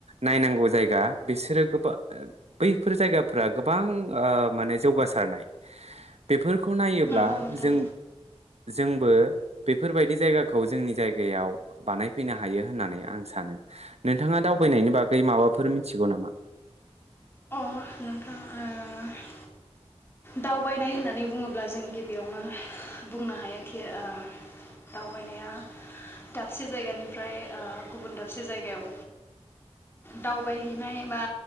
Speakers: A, on the right; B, on the left.
A: नायनांगौ जायगा बिसोरो गोबां बैफोर जायगाफोरा गोबां आ माने जौगासारनाय बेफोर नायोब्ला
B: नंगौ नोंथां
A: जों जों बो बेफोरबायदि जायगाखौ जोंनि जायगायाव बानायफैनो हायो होननानै आं सानो नोंथाङा दावबायनायनि बागै माबाफोर मिथिगौ नामा
B: <unintelligible> दावबायनाय होननानै बुङोब्ला जों गिबियावनो बुंनो हायो खि ओ दावबायनाया दाबसे जायगानिफ्राय ओ गुबुन दाबसे जायगायाव दावबायहैनाय बा